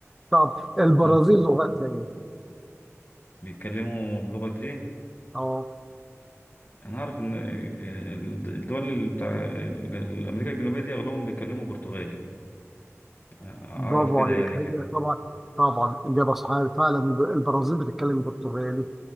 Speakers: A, in the centre; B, on the left.
A: طب البرازيل
B: مم.
A: لغتها ايه؟
B: بيتكلموا بلغة إيه؟
A: اه
B: أنا أعرف إن آه، الد- الدول اللي بتاع ال- أمريكا الجنوبية دي أغلبهم بيتكلموا برتغالي أعرف
A: برافو
B: كده
A: عليك
B: يعني كده
A: هي طبعا طبعا اجابه صحيحه فعلا البرازيل بتتكلم برتغالي